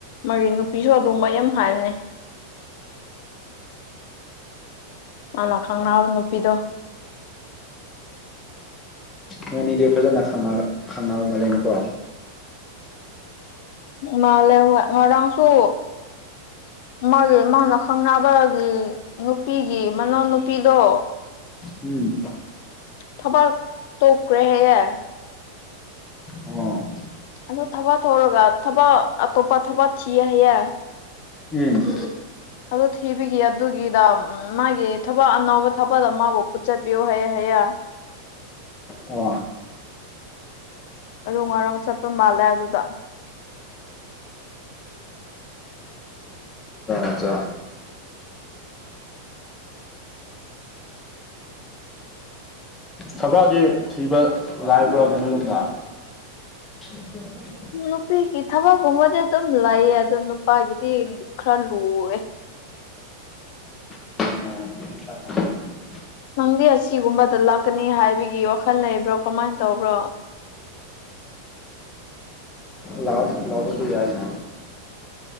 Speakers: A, on the left (about 50°); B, on the left (about 15°).
A: ꯃꯔꯤꯡ ꯅꯨꯄꯤꯁꯨ ꯑꯗꯨꯝ ꯌꯥꯝ ꯍꯥꯏꯕꯅꯦ ꯃꯥꯅ ꯈꯪꯅꯕ ꯅꯨꯄꯤꯗꯣ
B: ꯃꯣꯢ ꯑꯅꯤꯗꯤ ꯐꯖꯅ ꯈꯪꯅꯔ ꯈꯪꯅꯕ ꯃꯥꯜꯂꯦꯅꯦꯀꯣ
A: ꯃꯥꯜꯂꯦ ꯍꯣꯏ ꯉꯔꯥꯡꯁꯨ ꯃꯥꯒꯤ ꯃꯥꯅ ꯈꯪꯅꯕꯒꯤ ꯅꯨꯄꯤꯒꯤ ꯃꯅꯥꯎ ꯅꯨꯨꯄꯤꯗꯣ
B: ꯎꯝ
A: ꯊꯕꯛ ꯇꯣꯛꯈ꯭ꯔꯦ ꯍꯥꯏꯌꯦ
B: ꯑꯣ
A: ꯑꯗꯣ ꯊꯕꯛ ꯇꯣꯛꯔꯒ ꯊꯕꯛ ꯑꯇꯣꯞꯄ ꯊꯕꯛ ꯊꯤꯌꯦ ꯍꯥꯏꯌꯦ
B: ꯎꯝ
A: ꯑꯗꯨ ꯊꯤꯕꯤꯒꯤ ꯑꯗꯨꯒꯤꯗ ꯑꯝ ꯃꯥꯒꯤ ꯊꯕꯛ ꯑꯅꯧꯕ ꯊꯕꯛ ꯑꯃꯕꯨ ꯄꯨꯠꯆꯠꯄꯤꯌꯨ ꯍꯥꯏꯌꯦ ꯍꯥꯏꯌꯦ
B: ꯑꯣ
A: ꯑꯗꯨ ꯉꯔꯥꯡ ꯆꯠꯄ ꯃꯥꯜꯗꯥ ꯑꯗꯨꯗ
B: <inaudible> ꯊꯕꯛꯗꯤ ꯊꯤꯕ ꯂꯥꯏꯕ꯭ꯔꯥ ꯅꯣꯏꯔꯣꯝꯗ <inaudible>
A: ꯅꯨꯄꯤꯒꯤ ꯊꯕꯛꯀꯨꯝꯕꯗꯤ ꯑꯗꯨꯝ ꯂꯩꯌꯦ ꯑꯗꯣ ꯅꯨꯄꯥꯒꯤꯗꯤ ꯈꯔ ꯂꯨꯑꯦ
B: ꯑꯣ
A: ꯅꯪꯗꯤ ꯑꯁꯤꯒꯨꯝꯕꯗ ꯂꯥꯛꯀꯅꯤ ꯍꯥꯏꯕꯒꯤ ꯋꯥꯈꯜ ꯂꯩꯕ꯭ꯔꯣ ꯀꯃꯥꯏ ꯇꯧꯕ꯭ꯔꯣ
B: ꯂꯥꯛ ꯂꯥꯛꯄꯁꯨ ꯌꯥꯏꯅ